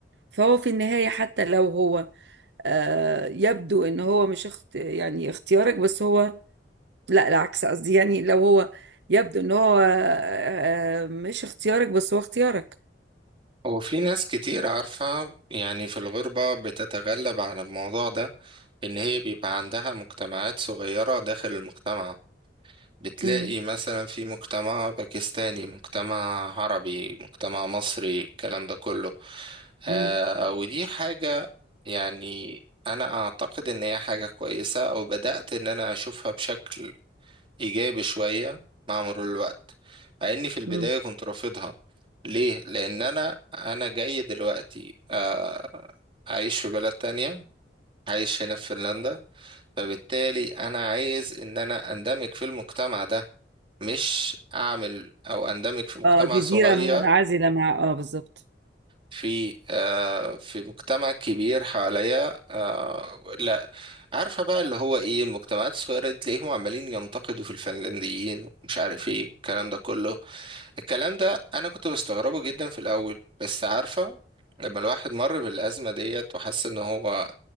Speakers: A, on the right; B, on the right.
A: فهو في النهاية حتى لو هو آه، يبدو ان هو مش اخت... يعني اختيارك بس هو لا العكس قصدي يعني لو هو يبدو ان هو آه، مش اختيارك بس هو اختيارك
B: هو في ناس كتير عارفة يعني في الغربة بتتغلب على الموضوع ده إن هي بيبقى عندها مجتمعات صغيرة داخل المجتمع بتلاقي
A: مم.
B: مثلا في مجتمع باكستاني مجتمع عربي مجتمع مصري الكلام ده كله آه
A: مم.
B: ودي حاجة يعني أنا أعتقد إن هي حاجة كويسة أو بدأت إن أنا أشوفها بشكل إيجابي شوية مع مرور الوقت مع إني في البداية
A: مم.
B: كنت رافضها ليه؟ لأن أنا أنا جاي دلوقتي آه أعيش في بلد تانية عايش هنا في فنلندا فبالتالي أنا عايز إن أنا أندمج في المجتمع ده مش اعمل او اندمج في مجتمع
A: اه جزيرة
B: صغير
A: منعزلة مع اه بالظبط
B: في آه في مجتمع كبير حواليا آه لا عارفه بقى اللي هو ايه المجتمعات الصغيره دي تلاقيهم عمالين ينتقدوا في الفنلنديين ومش عارف ايه الكلام ده كله الكلام ده انا كنت بستغربه جدا في الاول بس عارفه لما الواحد مر بالازمه ديت وحس ان هو